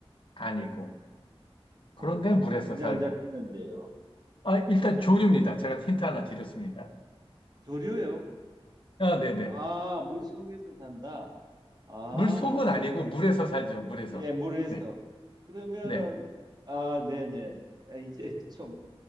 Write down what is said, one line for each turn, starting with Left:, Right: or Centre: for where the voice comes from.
Left: 아니고. 그런데
Right: 아유 감이
Left: 물에서
Right: 전혀
Left: 살고.
Right: 안 잡히는데요
Left: 아, 일단 조류입니다.
Right: 음,
Left: 제가 힌트 하나 드렸습니다.
Right: 조류요
Left: 아, 네네.
Right: 아 물속에서 산다 아
Left: 물속은 아니고 물에서 살죠. 물에서.
Right: 예 물에서
Left: 네.
Right: 그러면은
Left: 네.
Right: 아 네네 아, 이제 <laughs> 좀